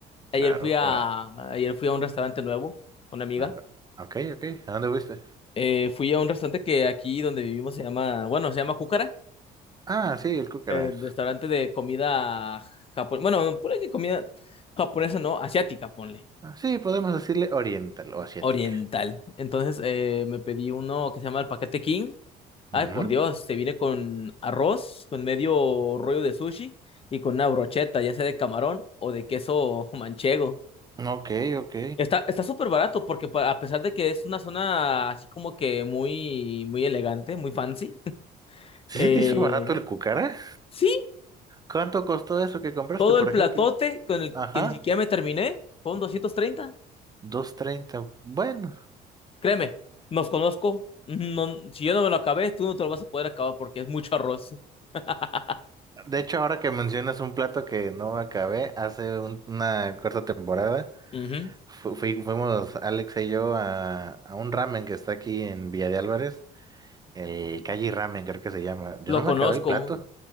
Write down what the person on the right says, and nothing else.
Claro,
Hora.
¿Ok, Ah, Ok, ok. ¿A dónde fuiste?
Ah, sí, el cúcara.
Ah, sí, podemos decirle oriental o asiática.
Ujú.
Ok, ok.
¿Sí
se te hizo barato el cúcara?
¿Cuánto costó eso que compraste,
por
ejemplo?
Ajá,
Dos treinta. Bueno,
de hecho, ahora que mencionas un plato que no acabé, hace un- una corta temporada
fu- fui- fuimos Alex y yo a, a un ramen que está aquí en Villa de Álvarez. El Calle Ramen, creo que se llama. Yo
no me
acabé el plato.